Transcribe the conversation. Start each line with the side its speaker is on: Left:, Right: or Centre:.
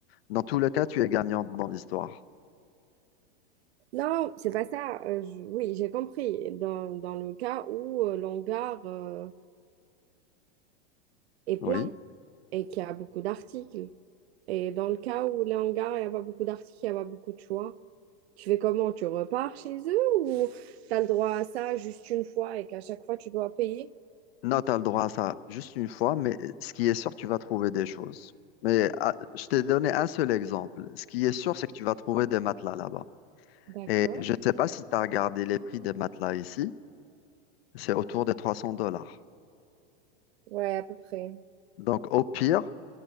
Left: Dans tous les cas, tu es gagnant dans l'histoire.
Right: Non, c'est pas ça. Euh, je- oui, j'ai compris. Dans, dans le cas où euh, l'hangar euh, est plein
Left: Oui.
Right: et qu'il y a beaucoup d'articles. Et dans le cas où l'hangar il n'y a pas beaucoup d'articles, il n'y a pas beaucoup de choix. Tu fais comment? Tu repars chez eux ou tu as le droit à ça juste une fois et qu'à chaque fois, tu dois payer?
Left: Non, tu as le droit à ça juste une fois, mais ce qui est sûr, tu vas trouver des choses. Mais ah, je t'ai donné un seul exemple. Ce qui est sûr, c'est que tu vas trouver des matelas là-bas.
Right: D'accord.
Left: Et je ne sais pas si tu as regardé les prix des matelas ici. C'est autour des 300 dollars.
Right: Ouais, à peu près.
Left: Donc, au pire,